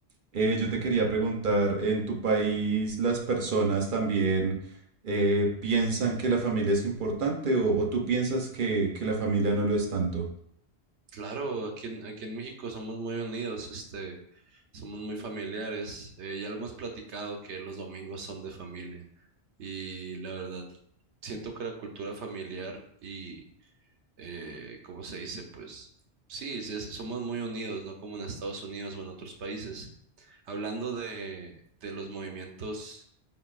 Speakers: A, on the right; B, on the right.
A: Eh, yo te quería preguntar, ¿en tu país las personas también eh, piensan que la familia es importante o, o tú piensas que, que la familia no lo es tanto?
B: Claro, aquí en, aquí en México somos muy unidos, este, somos muy familiares. Eh, ya lo hemos platicado que los domingos son de familia y la verdad, siento que la cultura familiar y, eh, ¿cómo se dice? Pues sí, sí, es- somos muy unidos, no como en Estados Unidos o en otros países. Hablando de, de los movimientos,